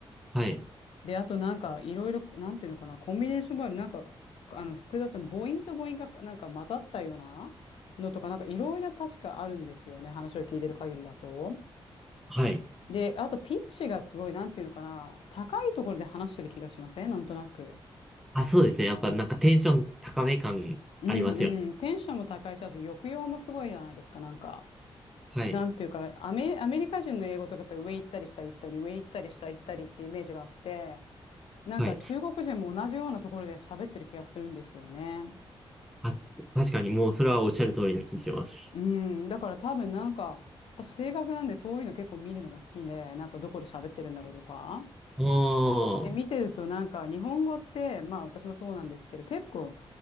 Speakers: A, in the centre; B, on the left (about 70°).
A: はい。
B: で、あとなんかいろいろ、なんていうのかな、コンビネーションもある、なんか、あの、複雑な母音と母音がなんか混ざったようなのとか、なんかいろいろ確かあるんですよね。話を聞いてる限りだと。
A: はい。
B: で、あとピッチがすごい、なんていうのかな、高いところで話してる気がしませんなんとなく。
A: あ、そうですね。やっぱなんかテンション高め感ありますよ。
B: うんうん。テンションも高いし、あと抑揚もすごいじゃないですか、なんか。
A: はい。
B: なんていうか、アメ、アメリカ人の英語とかって上行ったり下行ったり、上行ったり下行ったりってイメージがあって、なんか中国人も同じようなところで喋ってる気がするんですよね。
A: はい。あ、確かにもうそれはおっしゃる通りな気します。
B: うん、だから多分なんか、私性格なんでそういうの結構見るのが好きで、なんかどこで喋ってるんだろうとか。
A: おー。
B: で、見てるとなんか日本語って、まあ私もそうなんですけど、結構